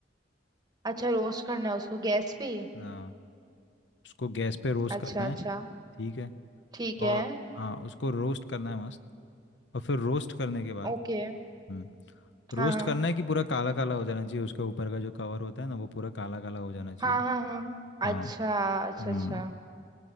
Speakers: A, on the right; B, on the left.
A: अच्छा रोस्ट करना है उसको गैस पे
B: हाँ उसको गैस पे रोस्ट
A: अच्छा
B: करना
A: अच्छा
B: है ठीक है
A: ठीक है
B: और हाँ उसको रोस्ट करना है मस्त और फिर रोस्ट करने के बाद
A: ओके
B: हम्म
A: हाँ
B: रोस्ट
A: हाँ
B: करना है कि पूरा काला काला हो जाना चाहिए उसके ऊपर का जो कवर होता है ना वो पूरा काला काला हो जाना चाहिए
A: हाँ हाँ हाँ
B: हाँ
A: अच्छा अच्छा
B: हम्म
A: अच्छा